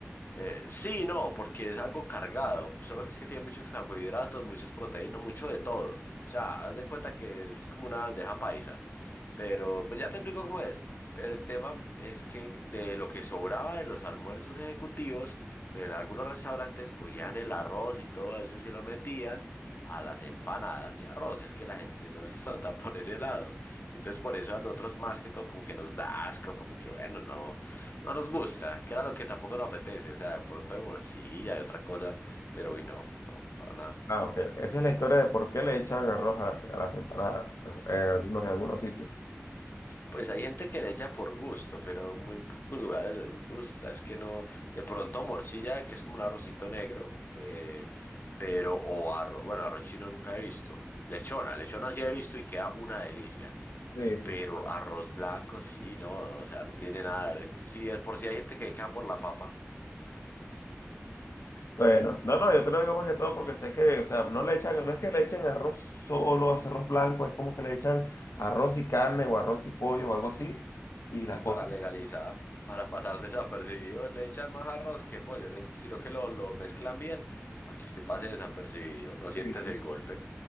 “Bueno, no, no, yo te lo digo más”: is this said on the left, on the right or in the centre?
Left